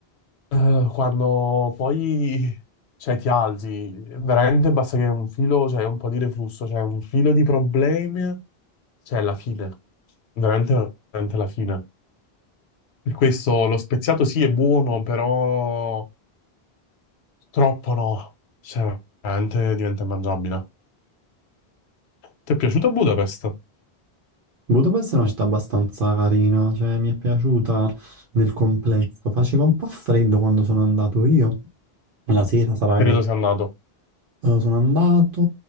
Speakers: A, on the left (about 80°); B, on the right (about 60°).
A: Eh, quando poi cioè, ti alzi, veramente basta che un filo, cioè un po' di reflusso, cioè un filo di problemi, cioè la fine, veramente, veramente la fine. Per questo lo speziato sì è buono, però troppo no, cioè veramente diventa immangiabile. Ti è piaciuta Budapest?
B: Budapest è una città abbastanza carina, cioè mi è piaciuta nel complesso. Faceva un po' freddo quando sono andato io. La sera sarà
A: Periodo
B: che
A: sei andato?
B: eh, sono andato